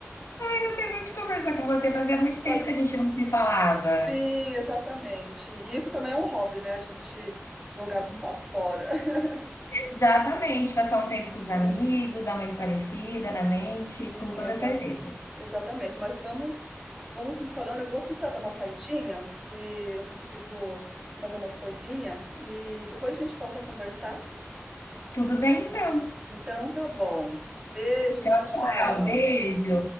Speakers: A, on the left (about 85°); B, on the right (about 15°).
A: Eu gostei muito de conversar com você, fazia muito tempo
B: <laughs>
A: que a gente não se falava.
B: Sim, exatamente. E isso também é um hobby, né? A gente jogar um papo fora. <laughs>
A: Exatamente, passar
B: Uhum.
A: um tempo com os amigos, dar uma esparecida na mente,
B: Sim,
A: com toda
B: exa-
A: certeza.
B: exatamente. Mas vamos, vamos nos falando. Eu vou precisar dar uma saidinha, que eu preciso fazer umas coisinhas e depois a gente volta a conversar.
A: Tudo bem então.
B: Então tá bom. Beijos,
A: Tchau,
B: tchau, tchau.
A: tchau, beijo.